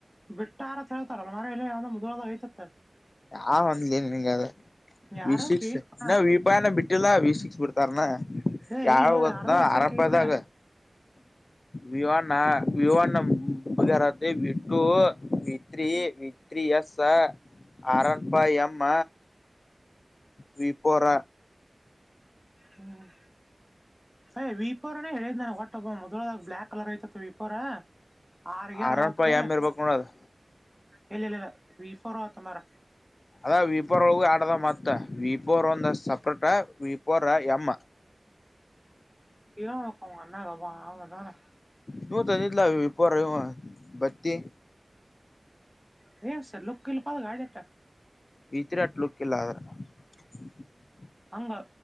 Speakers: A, in the centre; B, on the left.
A: ಬಿಟ್ಟಾರತ್ ಹೇಳ್ತಾರಲ್ ಮರ ಮುದ್ಳದಾಗ ಯತತ್ತ
B: ಹಾ ಒಂದಲೇನ್ ನಿನ್ಗೆ ಅ
A: ಯಾರ
B: ವಿ ಸಿಕ್ಸ್
A: ಕೈನ್
B: ಇನ್ನ
A: ಹಾ
B: ವಿಪಾಯನ ಬಿಟ್ಟಿಲ್ಲ ವಿ ಸಿಕ್ಸ್ ಬಿತ ತರ್ನ
A: ಏ
B: ಯಾವಾಗತ್ತ
A: ಇಲ್ಲ ಯಾರ್ದೋ
B: ನ
A: ಹೆಸರು
B: ಆರಭದಾಗ
A: ಕೈನ
B: ವಿವಾ ನ ವಿವಣಂ ಉಪಗರತೆ ಬಿಟ್ಟು ವಿತ್ರಿ ವಿತ್ರಿಯ ಸ ಅರನ್ಪಾ ಮ್ಮ ವಿಫೋರ
A: ಹ್ಮ್ ಯ್ ವಿಪರನೇ ಹೇಳಿದ ನನ ಹೊಟ್ಟಬ ಮ <unintelligible> ದಾಗ ಬ್ಲಯಾಕ್ ಕಲರ್ ಐತತಿ ವಿಪೋರ ಆರ್ಗರ್
B: ಆರ್
A: ಅದ
B: ಒನ್
A: ಅವತ್
B: ಫೈವ್ ಎಂ ಇರ್ಬೇಕ್ ನೋಡದು
A: ಇಲ್ಲ ಇಲ್ಲ ಇಲ್ಲ ವಿಫೋರ್ ತ ಮಾರ
B: ಅದ ವಿಪೋರ್ ಒಳಗ ಆಡದ ಮತ್ತ ವಿಪೋರ್ ಒಂದ ಸಪ್ರೇಟ ವಿಪೋರ್ ಎಮ್ಮ <inaudible>
A: ಕೆಕಂಗನಾ ಹ ಬ ಹ ತಾನ <unintelligible>
B: ನೀವು ತಂದಿದಿಲ್ಲ ಪರ ಬತ್ತಿ
A: ಹ ಸರ್ ಲ ಕಲ್ಲಿ ಪಲ್ ಗಾಡಿಟ
B: ವಿಚರಾಟ್ಲು ಕಲ್ಲ ಅರ <unintelligible>
A: ಹಂಗ